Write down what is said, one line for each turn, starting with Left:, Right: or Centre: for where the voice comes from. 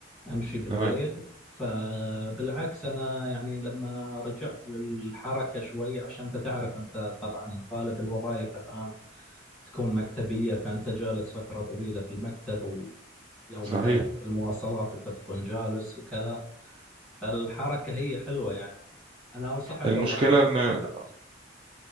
Centre: امشي بالليل
Right: تمام
Centre: فبالعكس انا يعني لما رجعت للحركه شوي عشان انت تعرف انت طبعا غالب الوظائف الان تكون مكتبيه فانت جالس فتره طويله في المكتب ولو
Right: صحيح
Centre: مثلا في المواصلات انت تكون جالس وكذا فالحركه هي حلوه يعني انا انصحك
Right: المشكلة
Centre: والله
Right: إن
Centre: انك تعملها